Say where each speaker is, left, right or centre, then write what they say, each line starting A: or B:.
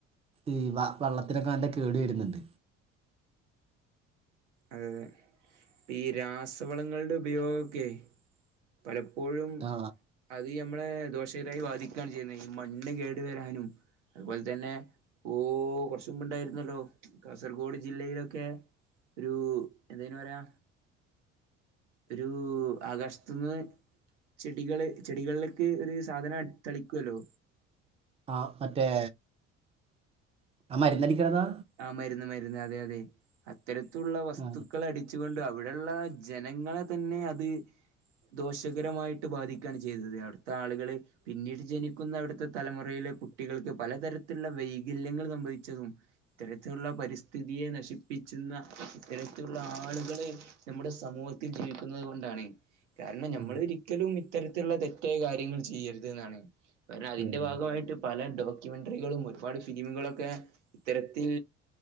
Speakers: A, on the right (about 15°); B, on the right (about 75°).
A: ഈ വ വെള്ളത്തിനൊക്കെ നല്ല കേട് വരുന്നുണ്ട്
B: അതെതെ ഇപ്പ ഈ രാസവളങ്ങളുടെ ഉപയോഗക്കെ പലപ്പോഴും
A: ആ
B: അത് നമ്മളെ ദോഷകരായി വാദിക്കുകയാണ് ചെയ്യുന്നത് ഈ മണ്ണ് കേടു വരാനും അതുപോലെ തന്നെ ഓ കുറച്ചു മുമ്പ് ഉണ്ടായിരുന്നല്ലോ കാസർഗോഡ് ജില്ലയിലൊക്കെ ഒരു എന്തേയ്ന് പറയാ ഒരു ആകാശത്തിന്ന് ചെടികള് ചെടികളിലേക്ക് ഒരു സാധനം തളിക്കുവല്ലോ
A: ആഹ് മറ്റേ ആഹ് മരുന്നടിക്കണ്താ
B: ആഹ് മരുന്ന് മരുന്ന് അതെ അതെ അത്തരത്തുള്ള വസ്തുക്കൾ
A: ആ
B: അടി ച്ച് കൊണ്ട് അവിടെള്ള ജനങ്ങളെ തന്നെ അത് ദോഷകരമായിട്ട് ബാധിക്കാണ് ചെയ്തത് അവിടുത്തെ ആളുകള്. പിന്നീട് ജനിക്കുന്ന അവിടുത്തെ തലമുറയിലെ കുട്ടികൾക്ക് പലതരത്തിലുള്ള വൈകല്യങ്ങൾ സംഭവിച്ചതും. ഇത്തരത്തിലുള്ള പരിസ്ഥിതിയെ നശിപ്പിച്ചുന്ന ഇത്തരത്തിലുള്ള ആളുകളെ. നമ്മുടെ സമൂഹത്തിൽ ജീവിക്കുന്നത് കൊണ്ടാണ്. കാരണം ഞമ്മൾ
A: ഉം.
B: ഒരിക്കലും ഇത്തരത്തിലുള്ള തെറ്റായ കാര്യങ്ങൾ ചെയ്യരുത് ന്നാണ്. കാരണം അതിന്റെ
A: ശരി.
B: ഭാഗമായിട്ട് പല ഡോക്യുമെന്ററികളും ഒരുപാട് ഫിലിമുകളൊക്കെ. ഇത്തരത്തിൽ